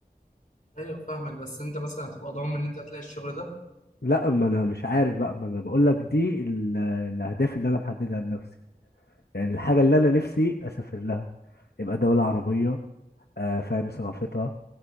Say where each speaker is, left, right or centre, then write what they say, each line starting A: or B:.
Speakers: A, on the left (about 55°); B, on the left (about 85°).
A: ايوه فاهمك بس انت مثلا هتبقى ضامن ان انت هتلاقي الشغل ده
B: لا ما أنا مش عارف بقى ما أنا بقول لك دي ال- الأهداف اللي أنا محددها لنفسي يعني الحاجة اللي أنا نفسي أسافر لها يبقى دولة عربية آه فاهم ثقافتها